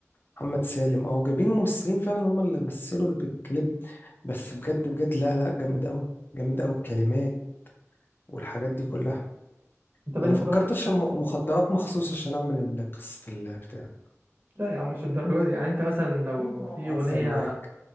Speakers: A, on the left; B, on the right.
A: محمد سالم اهو جايبين ممثلين فعلا هم اللي مثلوا بالكليب بس بجد بجد لا لا جامد قوي جامد قوي الكلمات والحاجات دي كلها
B: طب
A: انا
B: انت
A: فكرت
B: بقى تشوف
A: اشرب م- مخدرات مخصوص عشان اعمل ال- قصة البتاع
B: لا يا عم مش الدرجه دي يعني انت مثلا لو
A: إيه انا
B: في
A: بهزر
B: اغنيه
A: معاك